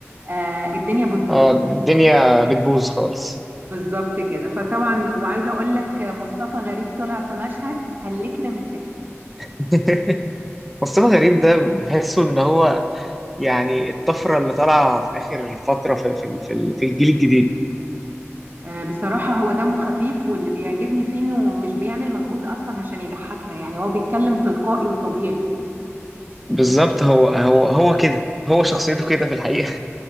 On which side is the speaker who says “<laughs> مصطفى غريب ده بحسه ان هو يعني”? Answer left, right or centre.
Centre